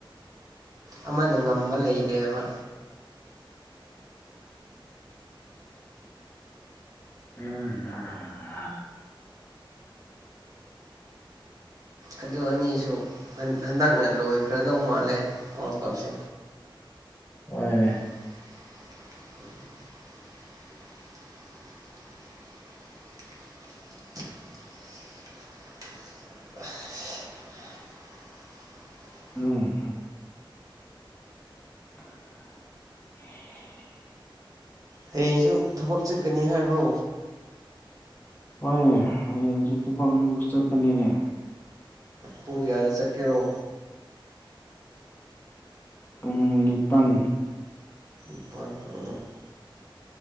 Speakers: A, on the right; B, on the left.
A: ꯑꯃꯅ ꯉꯝꯕ ꯂꯩꯇꯦꯕ
B: ꯎꯝ <unintelligible>
A: ꯑꯗꯨ ꯑꯅꯤꯁꯨ ꯍꯟ ꯍꯟꯗꯛꯅ ꯂꯣꯏꯈ꯭ꯔꯗꯧ ꯃꯥꯜꯂꯦ ꯋꯥꯔꯜ ꯀꯞꯁꯦ
B: ꯑꯣꯏ
A: <unintelligible>
B: ꯎꯝ <unintelligible>
A: ꯍꯌꯦꯡꯁꯨ ꯊꯕꯛ ꯆꯠꯀꯅꯤ ꯍꯥꯏꯕ꯭ꯔꯣ
B: ꯍꯣꯏꯅꯦ ꯍꯌꯦꯡꯁꯨ ꯊꯕꯛ ꯑꯃꯨꯛ ꯆꯠꯀꯅꯤꯅꯦ
A: ꯄꯨꯡ ꯀꯌꯥꯗ ꯆꯠꯀꯦꯔꯣ
B: ꯄꯨꯡ ꯅꯤꯄꯥꯟ
A: ꯄꯝꯃꯦ <unintelligible>